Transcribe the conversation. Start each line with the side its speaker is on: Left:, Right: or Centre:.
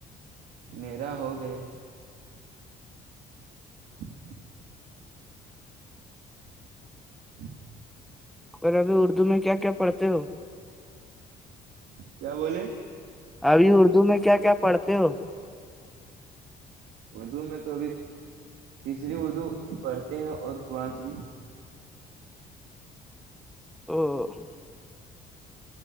Right: میرا ہو گیا ہ <inaudible> <inaudible> <inaudible> <inaudible>
Centre: اور ابھی اردو میں کیا کیا پڑھتے ہو
Right: کیا بولے
Centre: ابھی اردو میں کیا کیا پڑھتے ہو
Right: اردو میں تو ابھی تیسری اردو پڑھتے ہیں اور قرآن سریف
Centre: او <unintelligible> <unintelligible>